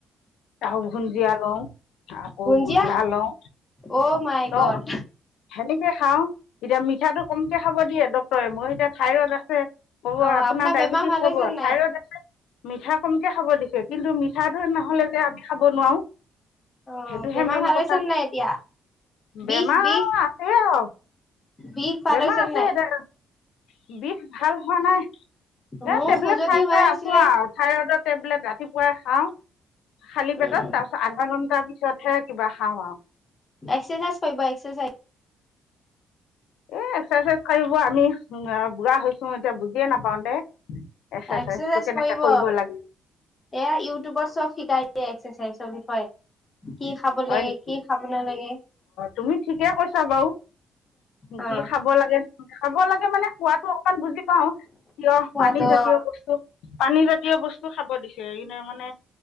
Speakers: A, on the left; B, on the left.
A: চাহ ভুজিয়া লওঁ আকৌ
B: ভুঞ্জিয়া
A: গোল্লা লওঁ
B: অ মাই
A: ল
B: গড
A: সেনেকে খাওঁ এতিয়া মিঠাটো কমকে খাব দিয়ে ডক্টৰে মই এতিয়া ঠাইৰ হ'ব
B: অ
A: আপোনাৰ ডায়েবেটিছ
B: বেমাৰ ভাল
A: হব
B: হৈছে নাই
A: থাইৰইড আছে মিঠা কমকে খাব দিছে কিন্তু মিঠাটো নহলে আমি খাব নোৱাৰো
B: অ
A: সেইটোহে
B: বেমাৰ
A: মেইন
B: ভাল
A: কথা
B: হৈছে নাই এতিয়া বিষ
A: বেমাৰ
B: বিষ
A: আছে আৰু
B: বিষ ভাল
A: বেমাৰ
B: হৈছে
A: আছে
B: নাই
A: সতি বিষ ভাল হোৱা নাই
B: মোৰ
A: এ টেবলেট
B: খজুৱতি
A: খাই
B: হৈ
A: খাই আছো
B: আছিলে
A: আৰু থাইৰইডৰ টেবলেট ৰাতিপুৱাই খাও খালি পেটত
B: উম
A: তাৰ পিছত আধা ঘন্টাৰ পিছতহে কিবা খাওঁ আৰু
B: এক্সাৰচাইজ কৰিব এক্সাৰচাইজ
A: এ এক্সাৰচাইজ কৰিব আমি বুঢ়া হৈছো এতিয়া বুজিয়ে নাপাও দে এক্সাৰচাইজটো
B: এক্সাচাইজ
A: কেনেকে
B: কৰিব
A: লাগে
B: এয়া ইউটিউবত চব শিকাই এক্সাৰচাইজ বিষয়ে কি খাব
A: হয়
B: লাগে
A: নেকি
B: কি খাব নালাগে
A: তুমি ঠিকে কৈছা বাৰু
B: অ
A: কি খাব লাগে খাব লাগে মানে সোৱাদ ত অকমান বুজি পাওঁ কিয়
B: খোৱাতো
A: পানী জাতীয়
B: অ
A: বস্তু পানী জাতীয় বস্তু খাব দিছো নে মানে